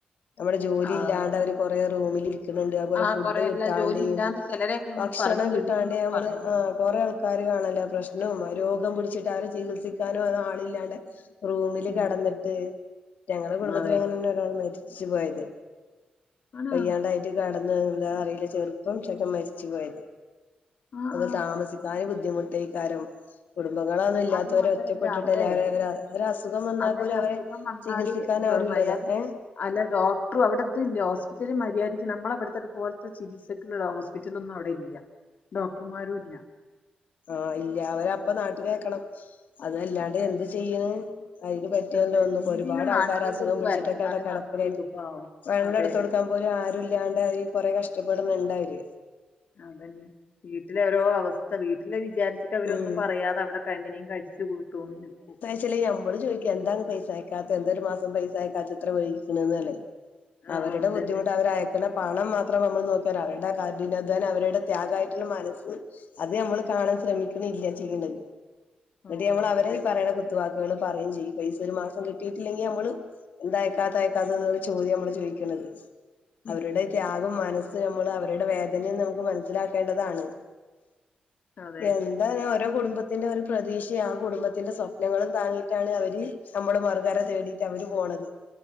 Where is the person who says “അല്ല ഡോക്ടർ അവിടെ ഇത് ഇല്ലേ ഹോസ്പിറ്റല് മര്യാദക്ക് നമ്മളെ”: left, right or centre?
Left